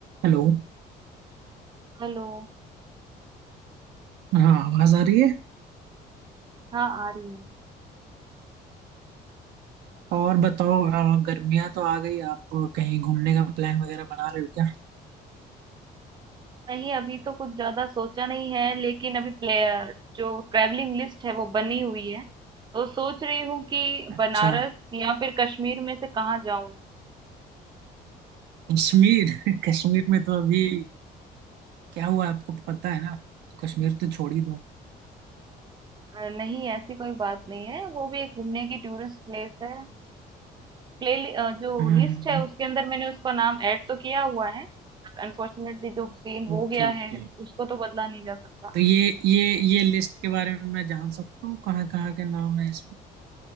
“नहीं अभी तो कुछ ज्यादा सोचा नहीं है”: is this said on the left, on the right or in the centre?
Right